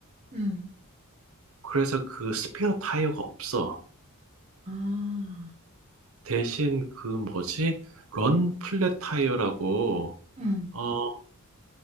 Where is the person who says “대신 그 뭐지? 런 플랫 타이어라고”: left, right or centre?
Right